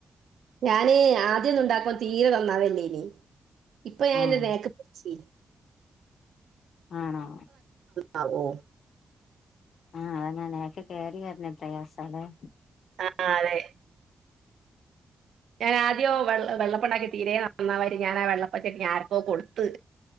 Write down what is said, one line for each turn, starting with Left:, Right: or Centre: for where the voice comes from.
Right: ഞാന് ആദ്യന്നുണ്ടാക്കും തീരെ തന്നാവല്ലേനി ഇപ്പൊ ഞാനായിന്റൊരു
Left: ആഹ്
Right: നേക്ക് പടിച്ചി
Left: ആണോ
Right: ആ ഓ
Left: ആഹ അയനെ നെക്ക് കേറി വരണ പ്രയാസല്ലേ
Right: ആ ആ അതെ ഞാൻ ആദ്യോ വെള്ള വെള്ളപ്പ ഉണ്ടാക്കി തീരെ നന്നാവായിട്ട് ഞാൻ ആ വെള്ളപ്പ ചെട്ടി ആർക്കോ കൊടുത്ത്